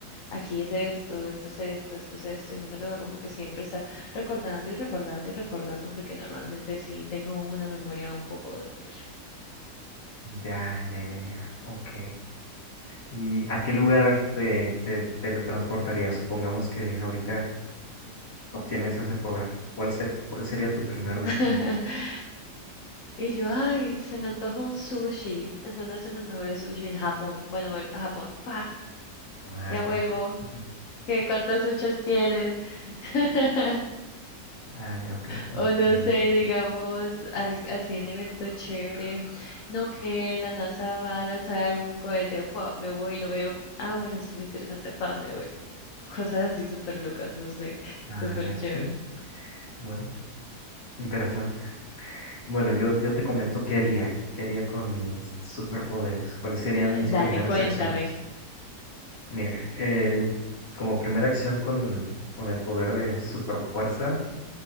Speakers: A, on the left; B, on the left.
A: aquí es esto, esto es esto, esto es esto, y no me toca como que siempre estar recordando y recordando y recordando, porque normalmente sí tengo una memoria un poco de pollo.
B: Ya, ya, ya, ya. Ok. ¿Y a qué lugar te, te teletransportarías? Supongamos que ahorita obtienes ese poder. ¿Cuál ser- cuál sería tu primer destino?
A: <laughs> Y yo, ay, se me antoja un sushi. ¿En dónde hacen los mejores sushi? En Japón. Bueno, voy para Japón. pa
B: Ah,
A: Ya vuelvo.
B: ya. <laughs>
A: que cuántas huchas quieren. <laughs>
B: Ah, ya, ok, ok.
A: O
B: Muy
A: no
B: bien.
A: sé, digamos, al- así en evento chévere. No que la NASA va a lanzar un cohete, ¡fua! me voy y lo veo. Ah, bueno, estuvo interesante, pa, me devuelvo. Cosas así súper locas, no sé. <laughs>
B: Ah,
A: Súper
B: ya.
A: chévere.
B: mm, Bueno, interesante. Bueno, yo, yo te comento qué haría, qué haría con mis superpoderes, cuáles serían mis
A: Dale,
B: primeras
A: cuéntame.
B: acciones. Mira, el, como primera acción con, con el poder de superfuerza,